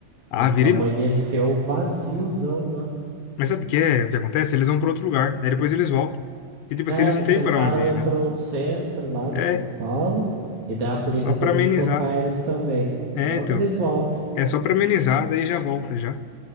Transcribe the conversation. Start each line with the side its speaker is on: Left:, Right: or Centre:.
Left: Ah,
Right: A-
Left: vira.
Right: Amanheceu
Left: e-
Right: vaziozão lá.
Left: Mas sabe o que é? O que acontece? Eles vão para outro lugar. Aí depois eles voltam. E, tipo
Right: É,
Left: assim, eles
Right: eles
Left: não têm
Right: tentaram
Left: para onde ir,
Right: ir
Left: né?
Right: para um centro lá de
Left: É,
Right: São Paulo, e daí
Left: só
Right: a polícia
Left: para
Right: teve
Left: amenizar.
Right: que tocar eles também.
Left: É,
Right: E logo
Left: então,
Right: eles voltam.
Left: É só pra amenizar, daí já volta já.